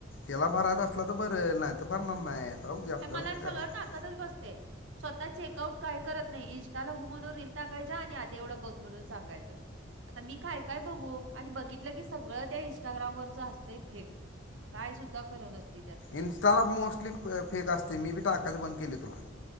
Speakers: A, on the left (about 65°); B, on the right (about 70°).
A: याला भरायच असलं तर भरलं नाही तर भरणार नाही. जाऊ दे आपल्याला
B: मला
A: काय
B: सगळं
A: करायचं
B: टाकतच बसते. स्वतः चेकआउट काय करत नाही इनस्टाला हो म्हणून रील टाकायच्या आणि आधी एवढं बघ म्हणून सांगायचं. आता मी काय काय बघू आणि बघितलं की सगळं त्या इंस्टाग्रामवररच असतंय फेक. काय सुद्धा खरं नसते त्यात
A: इनस्टाला मोस्टली फेक असते मी बी टाकाच बंद केली तुला